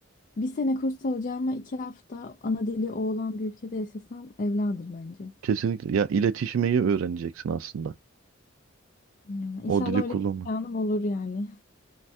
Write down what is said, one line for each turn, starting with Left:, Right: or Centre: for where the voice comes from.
Left: Bir sene kurs alacağıma iki hafta ana dili o olan bir ülkede yaşasam evladır bence.
Right: Kesinlikle. Ya iletişimeyi öğreneceksin aslında.
Left: Ya, inşallah
Right: O dili
Left: öyle
Right: kullanma.
Left: bir imkanım olur yani.